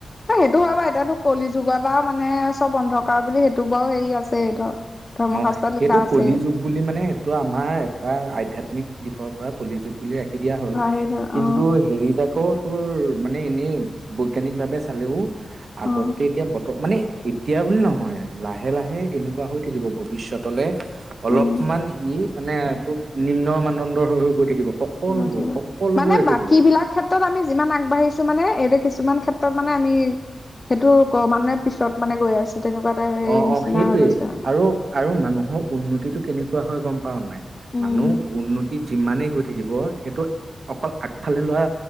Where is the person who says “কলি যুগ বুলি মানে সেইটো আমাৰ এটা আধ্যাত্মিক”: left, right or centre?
Right